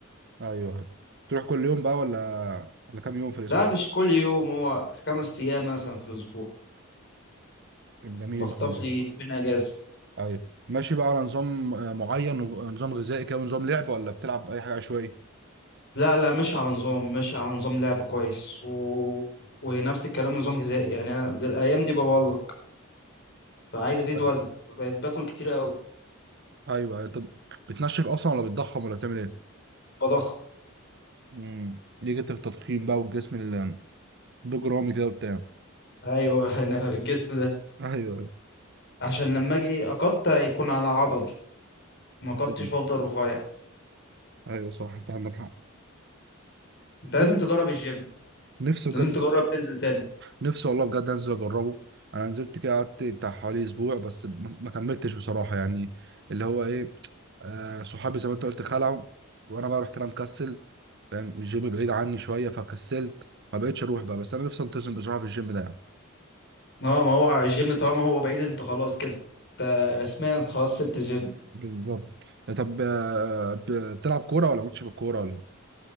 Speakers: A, on the right; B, on the left.
A: ايوه أيوة. تروح كل يوم بقى ولا ولا كام يوم في الاسبوع
B: ده مش كل يوم هو خمس ايام مثلا في الاسبوع
A: طب جميل
B: بخطف
A: قوي
B: لي يومين اجازه
A: ايوه ماشي بقى على نظام آه، معين ونظ- نظام غذائي كده ونظام لعب ولا بتلعب اي حاجه عشوائي
B: لا لا مش على نظام مش على نظام لعب كويس و... ونفس الكلام نظام غذائي يعني انا دل- الايام دي ببلق فعايز ازيد
A: ايوه
B: وزن بقيت باكل كتير قوي
A: ايوه أيوة. طب بتنشف اصلا ولا بتضخم ولا بتعمل ايه
B: بضخم
A: امم ليه جت التضخيم بقى والجسم ال- البجرامي كده وبتاع
B: ايوه <laughs> انا الجسم ده
A: ايوه
B: عشان لما اجي اقطع يكون على عضل ما قطعش
A: ايوه
B: وافضل رفيع
A: ايوه صح انت عندك حق
B: انت لازم
A: طب
B: تجرب الجيم
A: نفسي
B: لازم
A: بجد
B: تجرب تنزل تاني
A: نفسي والله بجد انزل اجربه انا نزلت كده قعدت بتاع حوالي اسبوع بس ما ما كملتش بصراحه يعني اللي هو ايه آه صحابي زي ما انت قلت خلعوا وانا بقى رحت انا مكسل فاهم الجيم بعيد عني شويه فكسلت ما بقتش اروح بقى بس انا نفسي انتظم بصراحه في الجيم ده يعني
B: اه ما هو الجيم طالما هو بعيد انت خلاص كده انت رسميا خلاص سبت الجيم
A: بالظبط طب آه، ب- بتلعب كوره ولا مالكش في الكوره ولا